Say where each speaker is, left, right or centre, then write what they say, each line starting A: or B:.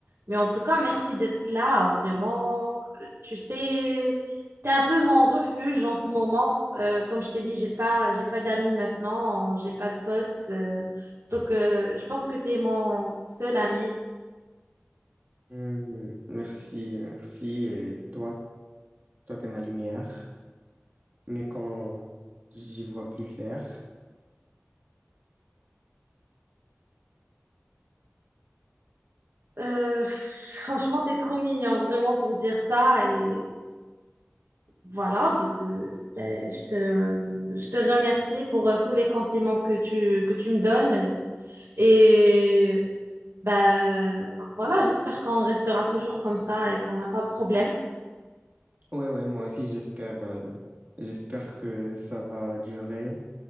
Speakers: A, on the right; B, on the right.
A: Mais en tout cas, merci d'être là. Vraiment, Euh, tu sais, t'es un peu mon refuge en ce moment. Euh, comme je t'ai dit, j'ai pas, j'ai pas d'amis maintenant, j'ai pas de potes. euh, donc, euh, je pense que t'es mon seul ami.
B: Hmm, Merci, merci. Et toi, toi, t'es ma lumière. Mais quand j'y vois plus clair.
A: Euh, pff, franchement, t'es trop mignon, vraiment, pour dire ça. Et Voilà, donc euh, ben, je te, je te remercie pour euh, tous les compliments que tu, que tu me donnes. Et ben, voilà, j'espère qu'on restera toujours comme ça et qu'on n'a pas de problème.
B: Ouais, ouais, moi aussi, j'espère, euh, j'espère que ça va durer.